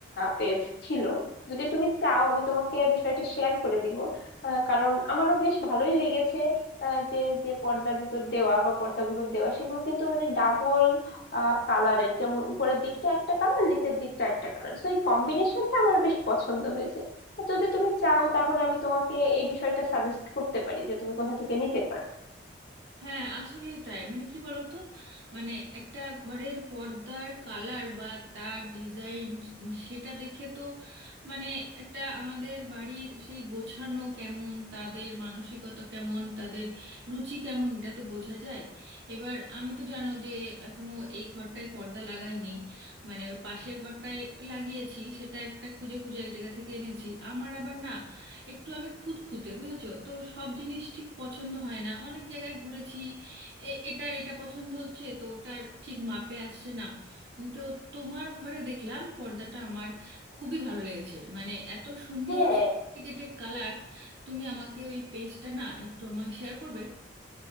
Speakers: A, on the left; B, on the right.
A: পেজ ছিল যদি তুমি চাও আমি তোমাকে বিষয়টা শেয়ার করে দিব আহ, কারণ আমারও বেশ ভালোই লেগেছে আহ, যে যে পর্দা দুটো দেওয়া বা পর্দাগুলো দেওয়া সেগুলো কিন্তু মানে ডাবল কালারের যেমন উপরের দিকটা একটা কালার নিচের দিকটা একটা কালার তো এই কম্বিনেশনটা আমার বেশ পছন্দ হয়েছে তো যদি তুমি চাও তাহলে আমি তোমাকে এই বিষয়টা সাজেস্ট করতে পারি যে তুমি কোথা থেকে নিতে পারো
B: হ্যাঁ আসলেই তাই মানে কি বলতো মানে একটা ঘরের পর্দার কালার বা তার ডিজাইন সেটা দেখে তো মানে একটা আমাদের বাড়ির সেই গোছানো কেমন তাদের মানসিকতা কেমন তাদের রুচি কেমন এটা তো বোঝা যায় এবার আমি তো জানো যে এখনো এই ঘরটায় পর্দা লাগাইনি মানে ওই পাশের ঘরটায় লাগিয়েছি সেটা একটা খুঁজে খুঁজে এক জায়গা থেকে এনেছি আমার আবার না একটু আমি খুঁতখুঁতে বুঝেছো তো সব জিনিস ঠিক পছন্দ হয় না অনেক জায়গায় ঘুরেছি এ- এটার এটা পছন্দ হচ্ছে তো ওটার ঠিক মাপে আসছে না তো তোমার ঘরে দেখলাম পর্দাটা আমার খুবই ভালো লেগেছে মানে এত সুন্দর
A: হ্যাঁ
B: সফিস্টিকেটেড কালার তুমি আমাকে ওই পেজটা না একটু আমায় শেয়ার করবে